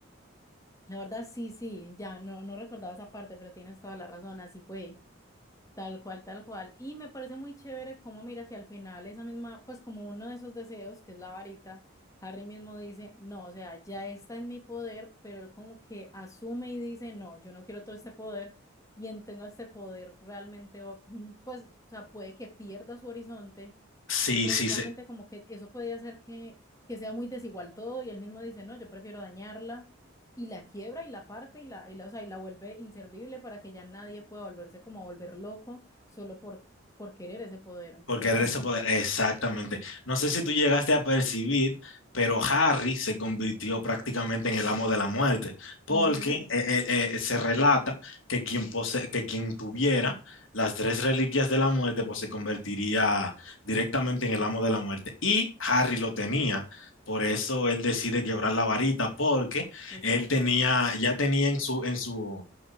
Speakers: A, on the left (about 15°); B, on the left (about 70°).
A: La verdad, sí, sí, ya no, no recordaba esa parte, pero tienes toda la razón, así fue, tal cual, tal cual. Y me parece muy chévere cómo mira que al final esa misma, pues como uno de esos deseos, que es la varita, Harry mismo dice, no, o sea, ya está en mi poder, pero él como que asume y dice, no, yo no quiero todo este poder, quien tenga este poder realmente, va- mm, pues, o sea, puede que pierda su horizonte
B: Sí,
A: y precisamente
B: sí, sí.
A: como que eso puede hacer que, que sea muy desigual todo y él mismo dice, no, yo prefiero dañarla y la quiebra y la parte y la, y la, o sea, y la vuelve inservible para que ya nadie pueda volverse como a volver loco solo por, por querer ese poder. Entonces
B: Por querer
A: también.
B: ese poder, exactamente. No sé si tú llegaste a percibir, pero Harry se convirtió prácticamente en el amo de la muerte, porque
A: Ujú,
B: eh, eh, eh, se relata que quien, pose- que quien tuviera las tres reliquias de la muerte, pues se convertiría directamente en el amo de la muerte. Y Harry lo tenía, por eso él decide quebrar la varita, porque
A: Exacto.
B: él tenía, ya tenía en su, en su,